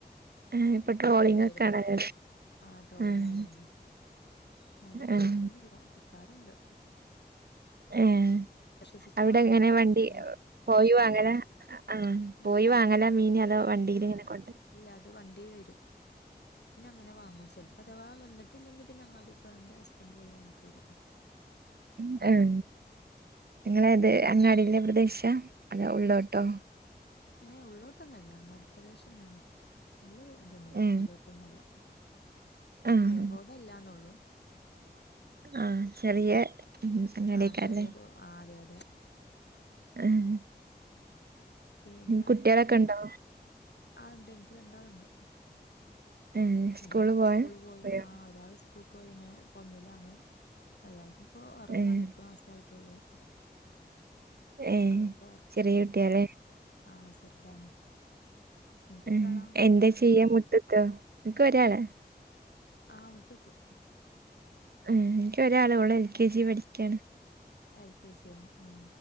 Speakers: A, on the right; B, on the left.
A: ആഹ് ഇപ്പൊ
B: കിട്ടാറ്ണ്ടായിരുന്നു
A: ട്രോളിംഗ് ഒക്കെ ആണല്ലോ
B: ആ ട്രോളിങ്ങായതോണ്ട്
A: ആഹ്
B: ന്നാലും കൊഴപ്പൊന്നില്ല
A: ആഹ്
B: കിട്ടാറുണ്ട്
A: ഏഹ്
B: വിശ്വസിച്ച്
A: അവിടെ
B: വാങ്ങാൻ
A: എങ്ങനെ
B: പറ്റൂലായിരുന്നു
A: വണ്ടി പോയി വാങ്ങലാ ആ പോയി
B: അല്ല
A: വാങ്ങല
B: അതില് വണ്ടി
A: മീന് അതോ വണ്ടില് ഇങ്ങനെ കൊണ്ട
B: ഇല്ല അത് വണ്ടി വരും പിന്നെ അങ്ങനെ വാങ്ങും ചെൽപ്പോ അഥവാ വന്ന്ട്ടില്ലെങ്കി പിന്നെ അങ്ങാടി പോയാണ്ട് ഹസ്ബൻന്റ് പോയി വാങ്ങിപ്പോരും
A: ഉം ഏഹ് ഇങ്ങളേത് അങ്ങാടിലെ പ്രദേശ അതൊ ഉള്ളോട്ടോ?
B: ഏഹ് ഉള്ളൊട്ടൊന്നല്ല അങ്ങാടി പ്രദേശന്നെണ് നല്ല തൊന്നുല്ല
A: ഉം
B: ഉള്ളോട്ടൊന്നല്ല ക്ഷെ
A: ആഹ്
B: മേ റോഡല്ലാന്നൊള്ളു
A: ആ ചെറിയ അങ്ങടിയെക്കാരല്ലേ.
B: ആഹ് ചെറിയ ആ അതെ അതെ
A: ആഹ്
B: പിന്നെ
A: കുട്ടികളൊക്കെ ഉണ്ടോ
B: ആണ്ട് ഇൻക്ക് രണ്ടാൾണ്ട്.
A: ഏഹ്
B: ഒരാൾപ്പോ
A: പോവാൻ
B: സ്കൂള് പോയി
A: പോയോ
B: ആഹ് ഒരാള് സ് കുക്കോയിണ് ഇപ്പോ ഒന്നിലാണ് ഒരാൾക്ക്പ്പോ ഒറങ്ങാണ്
A: ഏഹ്
B: എട്ടു മാസായിട്ടുള്ളൂ
A: ഏഹ്
B: അവളിപ്പോ ഉറ
A: ചെറിയ
B: ഉം
A: കുട്ടിയാലേ
B: പൊറ ആ ചെറുതാണ് നിനക്ക്
A: ഉം
B: എത്ര ആളാ
A: എന്താ ചെയ്യാ മുറ്റ്ത്ത് എൻക്കൊരാളാ
B: ആഹ് മുട്ടുത്തും
A: ഉം എൻക്ക് ഒരാളേ ഓള്ളു എൽ കെ ജി പഠിക്ക്യാണ്.
B: എൽ കെ ജിയാ ആ